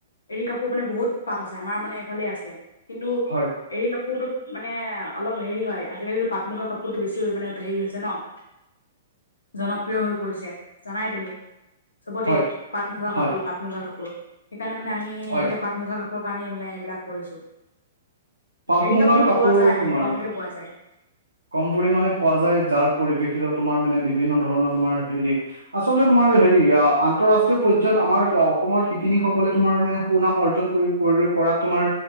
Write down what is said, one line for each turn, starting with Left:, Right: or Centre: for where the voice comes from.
Left: এৰী কাপোৰ <unintelligible> মানে বহুত পাত আছে, আমাৰ মানে এইফালে আছে কিন্তু <unintelligible>
Right: হয়।
Left: এৰী কাপোৰটোত মানে অলপ হেৰি হয় আজিকালিতো পাট-মুগা কাপোৰটো বেছি মানে উম হেৰি হৈছে ন <unintelligible>
Right: <unintelligible>
Left: জনপ্ৰিয় হৈ পৰিছে, জানাই তুমি চবতে
Right: হয়
Left: পাট-মুগা
Right: হয়
Left: কাপোৰ, পাট-মুগা কাপোৰ। <inaudible> সেইকাৰণে মানে আমি
Right: হয়
Left: এতিয়া পাট-মুগা কাপোৰৰ কাৰণেই মানে এইবিলাক কৰিছোঁ। <unintelligible>
Right: পাট
Left: এৰী
Right: মুগাৰ
Left: কাপোৰতো
Right: কাপোৰ
Left: বোৱা যায়
Right: তোমাৰ
Left: মানে কমকে বোৱা যায়। <unintelligible>
Right: কম পৰিমানে পোৱা যায়। যাৰ পৰিপ্ৰেক্ষিতত তোমাৰ মানে বিভিন্ন ধৰণৰ তোমাৰ হেৰি <inaudible> আচলতে তোমাৰ হেৰি আন্তঃৰাষ্ট্ৰীয় পৰ্যায়ত আমাৰ অসমৰ শিপিনীসকলে তোমাৰ মানে সুনাম অৰ্জন কৰি <unintelligible> কৰিব পৰাত তোমাৰ